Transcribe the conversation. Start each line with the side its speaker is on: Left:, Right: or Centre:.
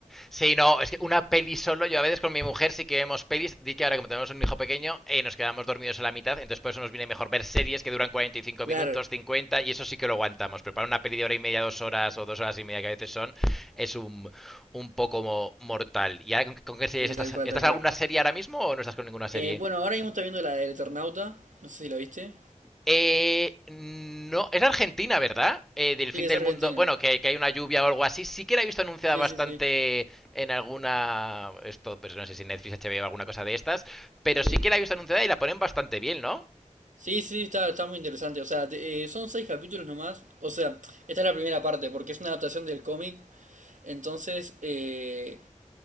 Centre: Sí, no, es que una peli solo, yo a veces con mi mujer sí que vemos pelis, di que ahora como tenemos un hijo pequeño, eh, nos quedamos dormidos a la mitad, entonces por eso nos viene mejor ver series que duran 45
Right: Claro,
Centre: minutos, 50, y eso sí que lo aguantamos, pero para una peli de hora y media, dos horas o dos horas y media que a veces son, es un, un poco mortal. ¿Y ahora con, con qué series
Right: sí,
Centre: estás?
Right: tal cual,
Centre: ¿Estás
Right: tal cual.
Centre: en alguna serie ahora mismo o no estás con ninguna serie?
Right: Eh, bueno, ahora mismo estoy viendo la del Eternauta, no sé si la viste.
Centre: Eh, no, es Argentina, ¿verdad? Eh, del fin
Right: Sí, es
Centre: del
Right: argentina.
Centre: mundo. Bueno, que, que hay una lluvia o algo así. Sí que la he visto anunciada
Right: Sí,
Centre: bastante
Right: sí, sí,
Centre: en alguna. Esto, pues no sé si Netflix, HBO o alguna cosa de estas. Pero
Right: sí.
Centre: sí que la he visto anunciada y la ponen bastante bien, ¿no?
Right: Sí, sí, está, está muy interesante. O sea, te- eh, son seis capítulos nomás. O sea, esta es la primera parte, porque es una adaptación del cómic. Entonces, eh,